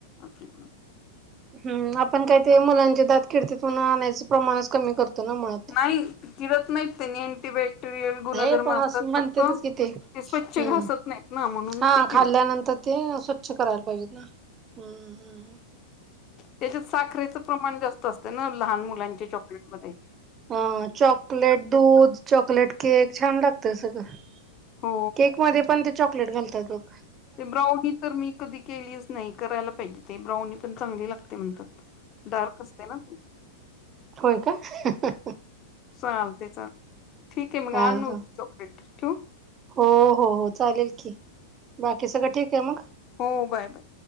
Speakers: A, on the left; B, on the right.
A: ओके
B: हम्मं आपणं कायं ते मुलांचे दातं किडत्यांत म्हणुंन आणाण्याचं प्रमाणेच कमी करतो नां मगं
A: नाहीं जीरतं नाहींत त्यांनी अंटीबायोट रियल गुणधर्म
B: हे पण
A: असतांत
B: असं म्हणतेतच
A: फक्तं
B: कि हम्म.
A: ते स्वंच्छ घासंत नाहींत नां म्हणूंन
B: हा
A: ते
B: खाल्ल्यानंतर
A: कीड
B: ते स्वंच्छ करायंला पाहिजेत नां हम्मं
A: त्यांच्यात साखरेचं प्रमाणं जास्तं असते नां लहांन मुलांचे चॉकलेट मध्यें
B: हं चॉकलेट दूधं चॉकलेट केक छान लागतं सगळं
A: हो
B: केक मध्यें पणं ते चॉकलेट घालतांत बघं
A: ते ब्राऊनी तरं मी कधी केलीच नाहीं करायंला पाहिजे ते ब्राऊनी पणं चांगली लागते म्हणतांत डार्क असते नां ती
B: होयं कायं
A: चालते चालते ठीकं आहे मंग
B: हा
A: आणूं
B: हा.
A: चॉकलेट ठिऊं
B: हो हो हो चालेल की बाकी सगळं ठीकं आहे मंग
A: हो बांय बांय